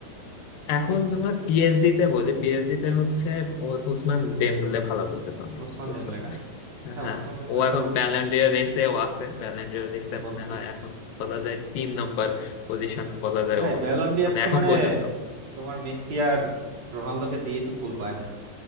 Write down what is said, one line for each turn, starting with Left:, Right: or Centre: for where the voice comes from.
Left: এখন
Right: এ-
Left: তোমার পিএসজি তে বলি পিএসজি তে হচ্ছে ও- ওসমান ডেম্বলে ভালো খেলতেছে অনেক
Right: ওসমান
Left: বুঝছো
Right: দেমলে না
Left: হ্যাঁ
Right: হ্যাঁ
Left: হ্যাঁ,
Right: ওসমান দেমলে
Left: ও এখন
Right: তো
Left: ব্যালেন্ডিয়ার রেসেও আছে ব্যালেন্ডিয়ার রেসে
Right: বলো
Left: মনে
Right: কি
Left: হয় এখন বলা যায় তিন নম্বর পজিশন বলা যায়
Right: ভাই
Left: ওর
Right: ব্যালন ডি'র
Left: মানে
Right: তো
Left: এখন
Right: মানে
Left: পর্যন্ত
Right: তোমার মেসি আর রোনালদোকে দিয়েই তো কুল পায় না